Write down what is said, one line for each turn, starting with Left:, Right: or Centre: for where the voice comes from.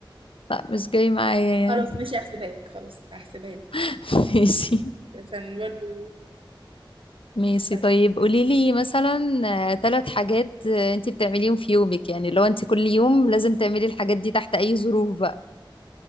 Left: لا مش جاي معايا يعني
Right: خلاص ماشي هحسبها لك خلاص هحسبها لك
Left: <laughs> ماشي
Right: عشان برضه
Left: ماشي
Right: طيب
Left: طيب قولي لي مثلا آه، ثلاث حاجات آه، انت بتعمليهم في يومك يعني لو انت كل يوم لازم تعملي الحاجات دي تحت اي ظروف بقى